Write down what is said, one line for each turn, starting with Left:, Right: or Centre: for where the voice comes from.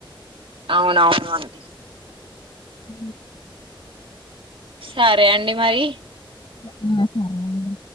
Right: అవునవును అండి
Left: హ
Right: సరే అండి మరి
Left: అ సరే అండి